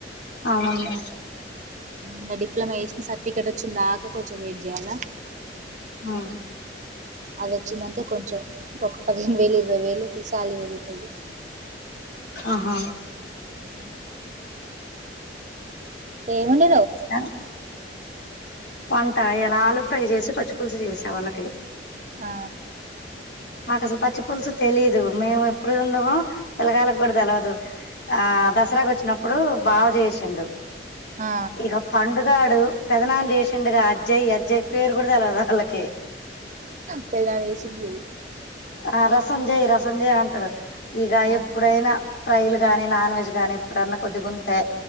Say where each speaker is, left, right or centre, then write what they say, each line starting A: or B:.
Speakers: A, on the left; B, on the right.
A: అవును
B: ఇకా డిప్లొమా చేసిన సర్టిఫికెట్ వచ్చింది దాకా కొంచెం వెయిట్ చేయాలా
A: ఉమ్
B: అది వచ్చిందంటే కొంచెం ఒక పదిహేను వేలు ఇరవై వేలు కొ సాలరీ పెరుగుతది
A: ఆహా
B: అ ఏ ఉండ్
A: ఆ వంట ఇయ్యలా ఆలు ఫ్రై చేసి పచ్చి పులుసు చేసా వాళ్ళకి
B: ఆ
A: మాకు అసలు పచ్చి పులుసు తెలీదు మేము ఎప్పుడు ఉండమె పిల్లగల్లాకు కూడా తెలవదు ఆ దసరాకి వచ్చినప్పుడు బావా చేసిండు.
B: ఆ
A: ఇగ పండు గాడు పెద్దనాన చేసిండుగా అజ్జయ్ అజ్జయ్ పేరు కూడా తెలవదు వాళ్ళక్
B: పెద్దనాన చేసింది చెయ్
A: ఆ రసంజయ్ రసంజయ్ అంటడు. ఇగ
B: ఆ
A: ఎప్పుడైనా ఫ్రైలు గాని నాన్ వెజ్ గాని ఎప్పుడన్నా కొద్దిగా ఉంటే